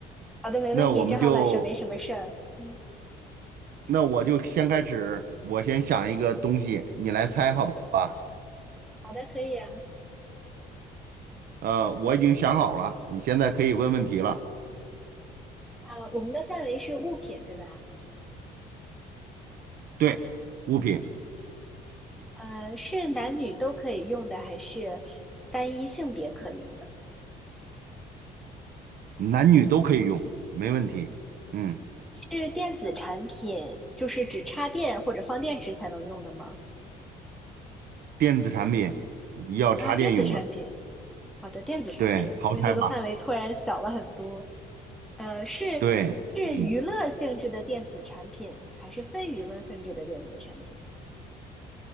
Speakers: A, in the centre; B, on the right (about 60°).
A: 好的，没问题。
B: 那我们就，
A: 正好晚上没什么事儿。嗯，
B: 那我就先开始，我先想一个东西，你来猜好吧？
A: 好的，可以啊。
B: 呃，我已经想好了，你现在可以问问题了。
A: 啊，我们的范围是物品，对吧？
B: 对，物品，
A: 呃，是男女都可以用的，还是单一性别可用的？
B: 男女都可以用，没问题。嗯，
A: 是电子产品，就是只插电或者放电池才能用的吗？
B: 电子产品要插电用的，
A: 啊，电子产品。好的，电子产品，
B: 对，好猜吧？
A: 那这个范围突然小了很多。呃，是
B: 对，
A: 是娱乐性质的电子产品，
B: 嗯，
A: 还是非娱乐性质的电子产品？